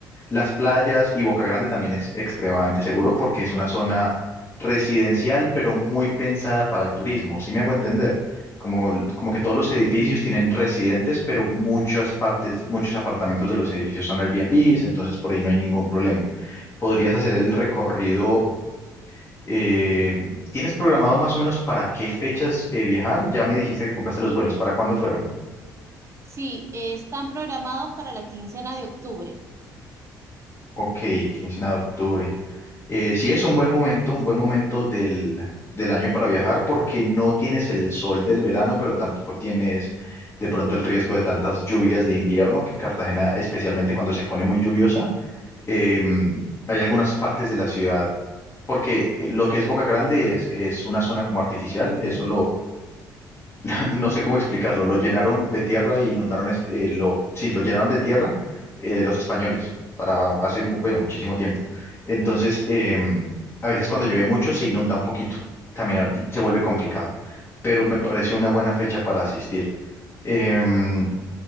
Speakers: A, on the left; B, on the right.
A: Las playas y Boca Grande también es extremadamente seguro porque es una zona residencial, pero muy pensada para el turismo. sí me hago entender? Como, como que todos los edificios tienen residentes, pero muchas partes, muchos apartamentos de los edificios son Airbnbs, entonces por ahí no hay ningún problema. Podrías hacer el recorrido. eh, ¿tienes programado más o menos para qué fechas eh, viajar? Ya me dijiste que compraste los vuelos. ¿Para cuándo fueron?
B: Sí, eh, están programados para la quincena de octubre.
A: Ok, quincena de octubre. Eh, sí es un buen momento, un buen momento del, del año para viajar porque no tienes el sol del verano, pero tampoco tienes de pronto el riesgo de tantas lluvias de invierno, que Cartagena, especialmente cuando se pone muy lluviosa, eh, hay algunas partes de la ciudad, porque lo que es Boca Grande es, es una zona como artificial, eso <clears throat> <laughs> no sé cómo explicarlo, lo llenaron de tierra y inundaron, es- eh, lo, sí, lo llenaron de tierra eh, los españoles para hace mu- bueno, muchísimo tiempo. Entonces, em, a veces cuando llueve mucho se inunda un poquito, caminar se vuelve complicado, pero me pareció una buena fecha para asistir. Em,